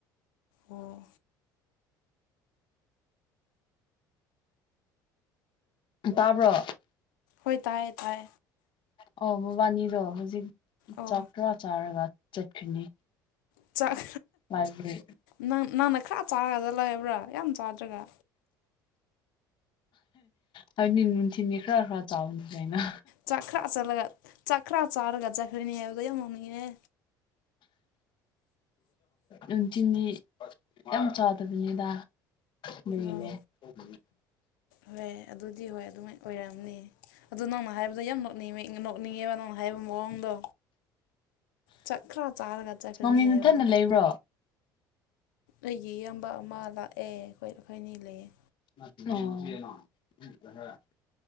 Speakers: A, on the left (about 80°); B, on the left (about 50°).
A: ꯎꯝ
B: ꯇꯥꯕ꯭ꯔꯣ
A: ꯍꯣꯏ ꯇꯥꯏꯌꯦ ꯇꯥꯏ
B: ꯑꯣ ꯃꯕꯥꯅꯤꯗꯣ ꯍꯧꯖꯤꯛ
A: ꯑꯣ
B: ꯆꯥꯛ ꯈꯔ ꯆꯥꯔꯒ ꯆꯠꯈ꯭ꯔꯤꯅꯤ
A: ꯥꯆꯥꯛ
B: ꯂꯥꯏꯕ꯭ꯔꯦꯔꯤ
A: ꯅꯪ ꯅꯪꯅ ꯈꯔ ꯆꯥꯔꯒ ꯂꯩꯕ꯭ꯔꯥ ꯌꯥꯝ ꯆꯥꯗ꯭ꯔꯒ
B: ꯍꯥꯏꯕꯗꯤ ꯅꯨꯡꯊꯤꯟꯒꯤ ꯈꯔ ꯈꯔ ꯆꯥꯕꯗꯤ ꯌꯥꯏꯅ
A: ꯆꯥꯛ ꯈꯔ ꯆꯠꯂꯒ ꯆꯥꯛ ꯈꯔ ꯆꯥꯔꯒ ꯆꯠꯈ꯭ꯔꯅꯤ ꯍꯥꯏꯕꯗꯣ ꯌꯥꯝ ꯅꯣꯛꯅꯤꯡꯉꯦ
B: ꯎꯝ ꯆꯤꯅꯤ ꯌꯥꯝ ꯆꯥꯗꯕꯅꯤꯗ ꯑꯗꯨꯒꯤꯅꯦ
A: ꯑꯣ
B: <unintelligible>
A: ꯍꯣꯏ ꯑꯗꯨꯗꯤ ꯍꯣꯏ ꯑꯗꯨꯃꯥꯏ ꯑꯣꯏꯔꯝꯅꯤ ꯑꯗꯨ ꯅꯪꯅ ꯍꯥꯏꯕꯗꯣ ꯌꯥꯝ ꯅꯣꯛ <unintelligible> ꯅꯣꯛꯅꯤꯡꯉꯦꯕ ꯅꯪꯅ ꯍꯥꯏꯕ ꯃꯑꯣꯡꯗꯣ ꯆꯥꯛ ꯈꯔ ꯆꯥꯔꯒ ꯆꯠꯈ꯭ꯔꯅꯤ
B: ꯅꯪꯗꯤ ꯅꯊꯟꯗ
A: ꯍꯥꯏꯕꯗꯣ
B: ꯂꯩꯕ꯭ꯔꯣ
A: ꯑꯩꯒꯤ ꯏꯌꯥꯝꯕ ꯑꯃ ꯂꯥꯛꯑꯦ ꯑꯩꯈꯣꯏ ꯑꯩꯈꯣꯏꯅꯤ ꯂꯩꯌꯦ
B: ꯑꯣ